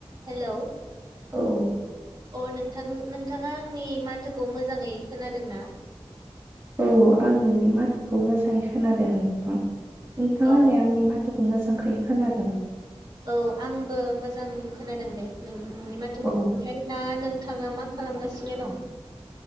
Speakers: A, on the right; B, on the right.
A: Hello.
B: औ।
A: अ नोंथां, नोंथाङा आंनि माथोखौ मोजाङै खोनादों ना?
B: औ आं नोंनि माथोखौ मोजाङै खोनादों नोंथां। नोंथाङालाय
A: औ
B: आंनि मा थोखौ मोजांहै खोनादों?
A: औ आंबो मोजां खोनादों नदे नों नोंनि माथोखौ
B: औ
A: ओमफाय दा नोंथाङा मा खालामगासिनो दं?